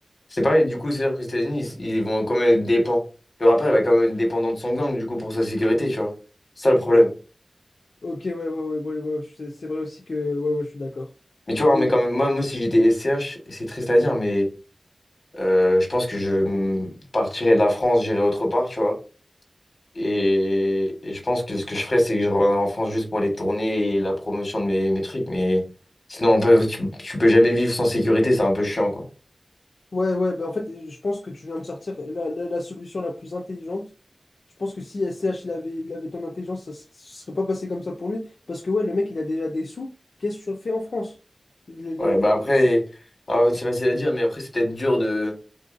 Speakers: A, on the left; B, on the left.
A: C'est pareil. Du coup, c'est-à-dire que les États-Unis, ils, ils vont quand même être dépend. Le rappeur, il va quand même être dépendant de son gang, du coup, pour sa sécurité, tu vois. C'est ça le problème.
B: Ok, ouais, ouais, ouais, ouais, ouais, c'est c'est vrai aussi que, ouais, ouais, je suis d'accord.
A: Mais tu vois,
B: Mais,
A: mais quand même, moi, moi si j'étais SCH, et c'est triste à dire, mais euh, je pense que je mm, partirais de la France, j'irais autre part, tu vois. Et, et je pense que ce que je ferais, c'est que je reviendrais en France juste pour les tournées et la promotion de mes, mes trucs. Mais sinon, on peut, tu, tu peux jamais vivre sans sécurité, c'est un peu chiant, quoi.
B: ouais, ouais, bah en fait, je pense que tu viens de sortir la, la, la solution la plus intelligente. Je pense que si SCH, il avait, il avait ton intelligence, ça ne serait pas passé comme ça pour lui. Parce que, ouais, le mec, il a déjà des sous. Qu'est-ce que tu fais en France? Il- il-
A: Ouais, bah
B: il-
A: après, alors, c'est facile à dire, mais après, c'est peut-être dur de,